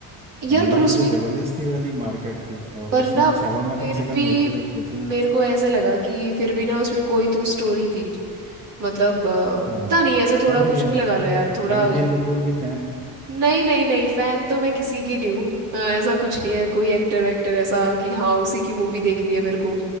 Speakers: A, on the right; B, on the right.
A: यार
B: एनिमल
A: पर उसमें
B: में तो जबरदस्ती वाली मारकाट थी और
A: पर
B: उसमें
A: ना फिर
B: छावा में कम से कम
A: भी
B: नेचुरल तो थी
A: मेरे को ऐसे लगा कि फिर भी ना उसमें कोई तो स्टोरी थी मतलब अ,
B: हाँ
A: पता नहीं ऐसे थोड़ा
B: समझ
A: कुछ
B: गया
A: भी
B: मैं
A: लगा
B: समझ
A: लो यार
B: गया
A: थोड़ा
B: रणबीर कपूर की फैन
A: नहीं नहीं नहीं फैन तो मैं किसी की नहीं हूँ अ, ऐसा कुछ नहीं है कोई एक्टर वेक्टर ऐसा कि हाँ उसी की मूवी देखनी है मेरे को